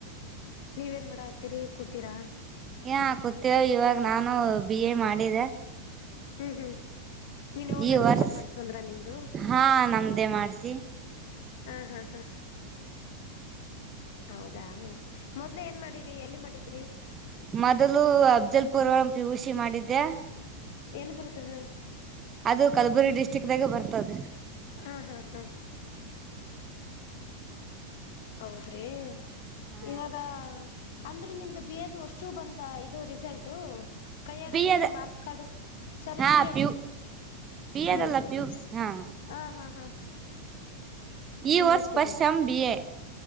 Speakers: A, on the left; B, on the right.
A: ನೀವೇನ್ ಮಾಡ ಅತ್ತರಿ ಕೂತೀರಾ
B: ಏ ಕೂತಿರ ಇವಾಗ ನಾನು ಬಿ ಎ ಮಾಡಿದೆ
A: ಹ್ಮ್ ಹ್ಮ್ ನೀನ್ ಯಾವಾಗ
B: ಈ
A: ಅಡ್ಮಿಷನ್
B: ವರ್ಷ
A: ಮಾಡ್ಸ ಬಂದ್ರ ನಿ್ದ
B: ಹಾ ನಮ್ದೇ ಮಾಡ್ಸಿ
A: ಹಾ ಹಾ ಹಾ ಹೌದಾ ಮೊದ್ಲ ಏನ್ ಮಾಡಿರಿ ಎಲ್ಲಿ ಮಾಡಿದ್ರಿ
B: ಮೊದಲು ಅಬ್ದಲ್ ಪುರ್ವಾಳಂ ಪಿ ುಷಿ ಮಾಡಿದ್ದೆ
A: ಎಲ್ಲಿ ಬರ್ತದ
B: ಅದು ಕಲಬುರಿ ಡಿಸ್ಟ್ರಿಕ್ದಾಗೆ ಬರ್ತದ್ರಿ
A: ಹಾ ಹಾ ಹಾ ಹೌದ್ರಿ
B: ಹಾ
A: ಇವಾಗ ಅಂದ್ರೆ ನಿಮ್ದು ಬದು ಅಷ್ಟು ಬಂತ ಇದು ರಿಸಲ್ಟ ಕೈ ಆಗದ
B: ಬಿ
A: ಇದು
B: ಎದ
A: ಮಾರ್ಕ್ಸ್ ಕಾಡು ಸರಿ
B: ಹಾ
A: B
B: P
A: A
B: U B
A: ಪು
B: ಎದಲ್ಲ
A: ಸಿ ಪಿ
B: ಯು
A: ಯುಸಿ
B: ಹಾ
A: ಹ ಹಾ ಹಾ
B: ಈ
A: ಪಿ
B: ವರ್ಸ್
A: ಯು ಸಿ
B: ಸ್ ಪಶಚಂ
A: ದು
B: ಬಿ ಎ